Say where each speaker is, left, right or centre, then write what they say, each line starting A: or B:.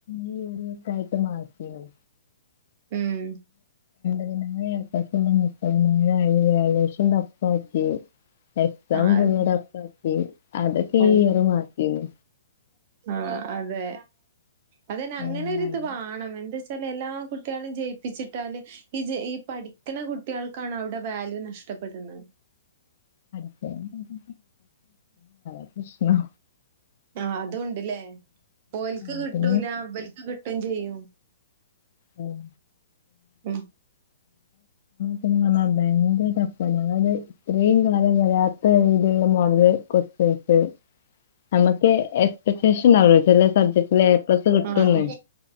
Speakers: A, on the left; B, on the right.
A: ഈയൊരു വട്ടായിട്ട് മാറ്റീണ്
B: ഉം
A: ഫുൾ എ പ്ലസുള്ളത് മുപ്പതിനായിരായി വാല്യുവേഷൻ ടഫാക്കി എക്സാം
B: ആഹ്
A: പൊതുവെ ടഫാക് കി അതൊക്കെ
B: അതെ
A: ഈ ഇയർ മാറ്റീന്
B: ആഹ് അതെ അതന്നെ
A: ഞങ്ങള്
B: അങ്ങനെ ഒരിത് വാണം എന്തച്ചാൽ ലെല്ലാ കുട്ടികളിനേം ജയിപ്പിച്ചിട്ടാല് ഈ ജെ ഈ പഠിക്കുന്ന കുട്ടികള്ക്കാണ് അവിടെ വാല്യൂ നഷ്ടപ്പെടുന്നത്
A: <unintelligible> <unintelligible> പ്രശ്നം
B: ആഹ് അതൂണ്ട്ല്ലേ ഓൽക്ക് കിട്ടൂല
A: ഒക്കെ
B: ഇവൽക്ക് കിട്ടും ചെയ്യും
A: ഉം
B: ഉം
A: ന്ന് പറഞ്ഞ ഭയങ്കര ടഫ്ഫാ ഞങ്ങളത് ഇത്രയും കാലം വരാത്തൊരു രീതിയില്ള്ള മോഡല് ക്വസ്റ്റ്യൻസ് നമ്മക്ക് എക്സ്പെക്ടേഷൻണ്ടാവുല്ലോ ചെല സബ്ജക്റ്റില് എ പ്ലസ്സ് കിട്ടുംന്ന്
B: ആഹ്